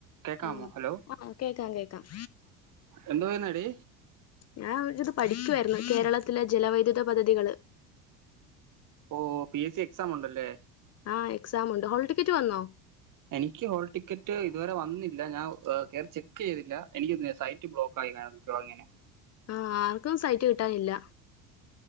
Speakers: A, on the right; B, on the left.
A: കേക്കാമോ
B: ആഹ്
A: ഹലോ
B: ആഹ് കേക്കാം കേക്കാം
A: എന്ന് പോവാനാടി
B: ഞാൻ ഇത് പഠിക്കുയിരുന്നു കേരളത്തിലെ ജലവൈദ്യുത പദ്ധതികള്
A: ഓ പി എസ് സി എക്സാം ഉണ്ടല്ലേ
B: ആഹ് എക്സാം ഉണ്ട് ഹോൾ ടിക്കറ്റ് വന്നോ
A: എനിക്ക് ഹോൾ ടിക്കറ്റ് ഇതുവരെ വന്നില്ല ഞാൻ കെയറി ചെക്ക് ചെയ്തില്ല എനിക്ക് സൈറ്റ് ബ്ലോക്ക് ആയി മാം അ അങ്ങനെ <unintelligible>
B: ആഹാ ആർക്കും സൈറ്റ് കിട്ടാനില്ല